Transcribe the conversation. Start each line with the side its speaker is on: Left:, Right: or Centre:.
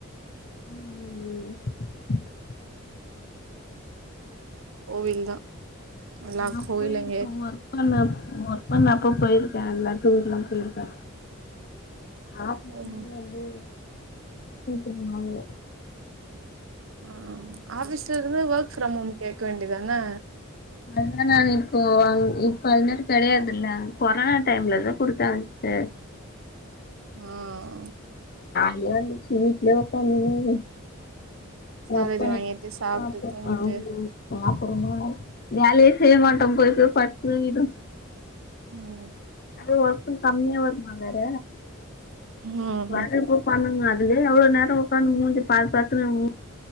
Left: உம் ஐய்யய்யோ
Right: கோவில் தா எல்லா
Left: நா
Right: கோவில்
Left: போயிருக்க
Right: எங்கயாச்சு
Left: ஒர்க் பண்ண ஒர்க் பண்ணப்ப போயிருக்கே எல்லா டூர்குலா போயிருக்க ஆபிஸ்லயே
Right: போணு
Left: வந்து கேட்டுருந்தனாலே
Right: ஆஹ் ஆபீஸ்ல இருந்து ஒர்க் ஃப்ரம் ஹோமு கேக்க வேண்டிதான
Left: அதனா நா இப்போ இப்ப அது மாரி கெடையாதுல்ல கொரோனா டைம்லதா குடுத்தாங்க சிஸ்டர்
Right: ம்
Left: லியாருந்துச்சி வீட்லே உக்காந்துன்னு
Right: சேலரி
Left: ஒர்க் பண்ணிட்ருந்தோ
Right: வாங்கிட்டு சாப்ட்டு
Left: அப்றோம
Right: தூங்கிட்டு
Left: அவ்ங்ளே பாப்போமா வேலயே செய்ய மாட்டோம் போய் போய் படுத்து துங்கிடுவோ
Right: உம்
Left: அது ஒர்க்கும் கம்மியா வருமா வேற
Right: ம்
Left: வரப்ப பண்ணுங்க இதுலே எவ்ளோ நேரம் உக்காந்து மூஞ்ச பாத்து பாத்துனே மு